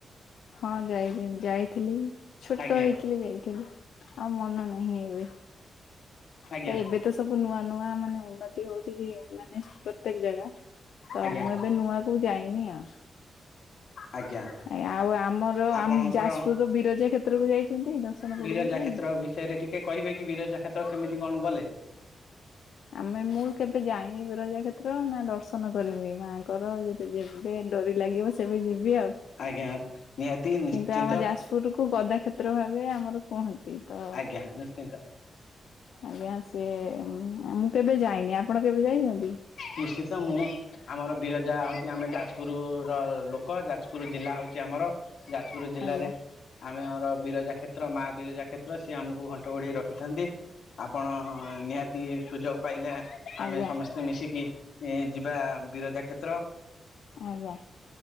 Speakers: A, on the left (about 80°); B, on the left (about 70°).
A: ହଁ ଯାଇ ଯାଇଥିଲି, ଛୋଟ
B: ଆଜ୍ଞା।
A: ହେଇଥିଲି ଯାଇଥିଲି। ଆଉ ମନ ନାହିଁ ଏବେ।
B: ଆଜ୍ଞା
A: ତ ଏବେ ତ ସବୁ ନୂଆ ନୂଆ ମାନେ ଉନ୍ନତି ହଉଛି ମାନେ ପ୍ରତ୍ୟେକ ଜାଗା। ତ
B: ଆଜ୍ଞା
A: ମୁଁ ଏବେ ନୂଆ କୁ ଯାଇନି ଆଉ।
B: ଆଜ୍ଞା।
A: ଆଜ୍ଞା, ଆଉ ଆମର
B: ଆପଣଙ୍କର
A: ଆମ ଯାଜପୁରର ବିରଜା କ୍ଷେତ୍ର କୁ ଯାଇଛନ୍ତି ଦ ଦଶର୍ନ
B: ବିରଜା
A: କରିବା ପାଇଁ?
B: କ୍ଷେତ୍ର ବିଷୟରେ ଟିକେ କହିବେ କି ବିରଜା କ୍ଷେତ୍ର କେମିତି କଣଗଲେ?
A: ଆମେ ମୁଁ କେବେ ଯାଇନି ବିରଜା କ୍ଷେତ୍ର, ନା ଦର୍ଶନ କରନି ମାଆଙ୍କର ଯେବେ ଡୋରି ଲାଗିବ ସେବେ ଯିବି ଆଉ,
B: ଆଜ୍ଞା ନିହାତି ନିଶ୍ଚିନ୍ତ
A: କିନ୍ତୁ ଆମ ଯାଜପୁରକୁ କୁ ଗଦା କ୍ଷେତ୍ର ଭାବେ ଆମର କୁହନ୍ତି ତ
B: ଆଜ୍ଞା ନିଶ୍ଚିନ୍ତ
A: ଆଜ୍ଞା ସିଏ ମୁଁ କେବେ ଯାଇନି ଆପଣ କେବେ ଯାଇଛନ୍ତି?
B: ନିଶ୍ଚିତ ମୁଁ ଆମର ବିରଜା ହଉଛି ଆମେ ଯାଜପୁର ର ଲୋକ ଯାଜ ଯାଜପୁର ଜିଲ୍ଲା ହଉଛି ଆମର, ଯାଜପୁର ଜିଲ୍ଲାରେ
A: ଆଜ୍ଞା
B: ଆମେ ଆମର ବିରଜା କ୍ଷେତ୍ର ମା ବିରଜା କ୍ଷେତ୍ର, ସିଏ ଆମକୁ ଘଣ୍ଟ ଘୋଡେଇ ରଖିଥାନ୍ତି। ଆପଣ ନିହାତି ସୁଯୋଗ ପାଇଲେ
A: ଆଜ୍ଞା
B: ଆମେ ସମସ୍ତେ ମିଶିକି ଏଇ ଯିବା ବିରଜା କ୍ଷେତ୍ର।
A: ଆଜ୍ଞା